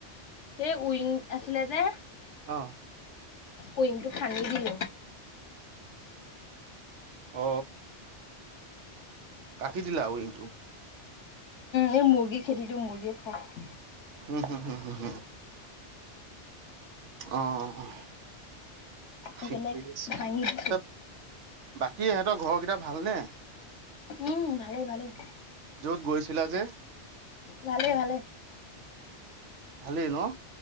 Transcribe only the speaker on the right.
অঁ
অ কাটি দিলা আৰু এইটো
উম হুম হুম হুম হুম অ অ
ঠিক আছে
ত বাকী ইহঁতৰ ঘৰকেইটা ভালনে
য'ত গৈছিলা যে
ভালেই ন